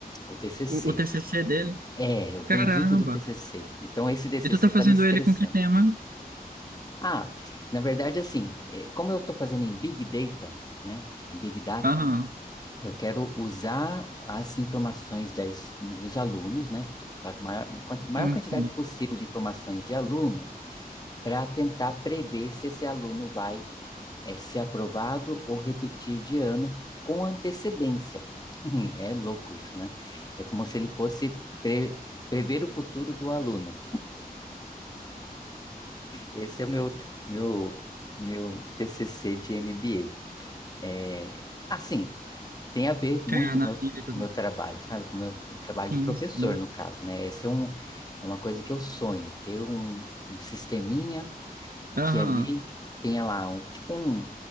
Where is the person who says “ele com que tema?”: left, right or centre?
Right